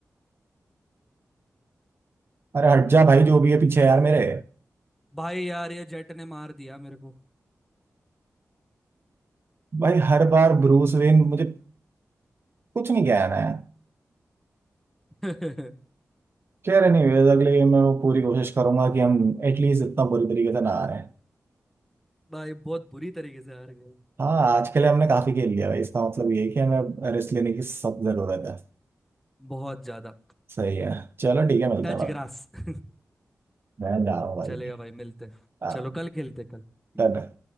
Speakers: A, on the right; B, in the centre.
A: अरे हट जा भाई जो भी है पीछे यार मेरे
B: भाई यार ये जेट ने मार दिया मेरे को
A: भाई हर बार ब्रूस वेन मुझे कुछ नहीं कहना है
B: <laughs>
A: खैर एनीवेज अगले गेम में वो पूरी कोशिश करूंगा कि हम एटलीस्ट इतना बुरी तरीके से ना आ रहे हैं
B: भाई बहुत बुरी तरीके से हार गए
A: हाँ आज के लिए हमने काफी खेल लिया भाई इसका मतलब ये है कि हमें रेस्ट लेने की सब जरूरत है
B: बहुत ज्यादा
A: सही है चलो ठीक है मिलते
B: Touch
A: हैं बाद
B: grass
A: में।
B: <laughs>
A: मैं ना वही
B: चलेगा भाई मिलते हैं। चलो
A: आह
B: कल खेलते हैं, कल
A: तने